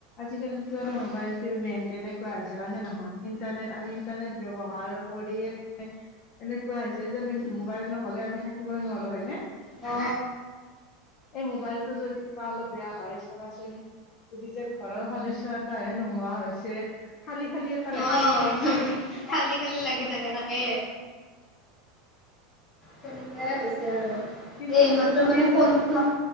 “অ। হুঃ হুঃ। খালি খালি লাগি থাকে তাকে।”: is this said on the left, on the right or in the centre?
Left